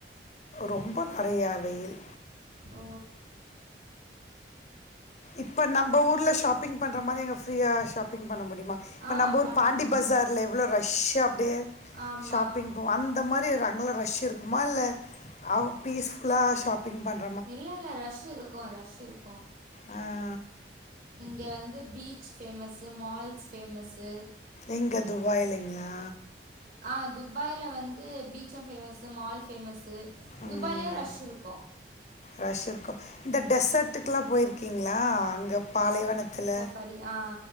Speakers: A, on the left (about 40°); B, on the right (about 50°).
A: ரொம்பொ நெறையா வெயில்
B: ஓ
A: இப்ப நம்ப ஊர்ல ஷாப்பிங் பண்ற மாரி அங்க ஃப்ரீயா ஷாப்பிங் பண்ண முடியுமா இப்ப
B: ஆ
A: நம்ப ஊர்
B: பண்ணலாம்
A: பாண்டி
B: பண்ணலாம்
A: பசார்ல எவ்ளோ ரஷ்ஷா அப்டியே
B: ஆமாம்
A: ஷாப்பிங் போவோ அந் த மாரி அங்கல்லா ரஷ்ஷு இருக்குமா இல்ல அவ் பீஸ்ஃபுல்லா ஷாப்பிங் பண்
B: இல்ல இல்ல ரஷ் இருக்கு ரஷ் இருக்கு
A: ஆ
B: இங்க வந்து பீச் ஃபேமஸு மால்ஸ் ஃபேமஸ்ஸு
A: எங்க துபாய்லிங்ளா
B: ஆ துபாய்ல வந்து பீச்சு ஃபேமஸு மால்ஸ் ஃபேமஸு துபாயிலயு
A: ம்
B: ரஷ் இருக்கு
A: ரஷ் இருக்கு இந்த டெஸ்ஸர்ட்டுக்கெல்லா போயிருக்கீங்களா அங்க பாலைவனத்துல
B: பரி ஆ